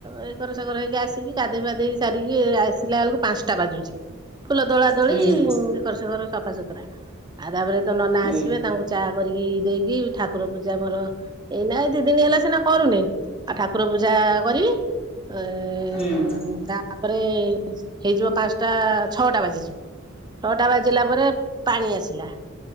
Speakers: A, on the right; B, on the left.
A: ଏଇ ଏକସକର ହେଇି ଆସି ଗାଧୋଇ ପାଧୋଇ ସାରିକି ଆସିଲା ବଳକୁ ପାଞ୍ଚା ଟା ବାଜୁଛି ଫୁଲ ଦୋଳା ଦୋଳି
B: ହୁଁ
A: ଏକର ସେକର କର ସପା ସୁୁତୁର ଆ ତାପରେ ନନା
B: ହୁଁ
A: ଆସିବେ ତାଙ୍କୁ ଚା କରିକି ଦେଇକି ଠା ଠାକୁର ପୂଜା ମୋର ଏଇନା ଦି ଦିନ ହେଲା ସିନା କରୁନି ଆଉ ଠାକୁର ପୂଜା କରିନି ଏ
B: ହୁଁ
A: ଏ ତାପରେ ହେଇଯିବ ପାଞ୍ଚଟା ଛଅଟା ବାଜିଯିବ ଛଅଟା ବାଜିଲା ପରେ ପାଣି ଆସିଲା।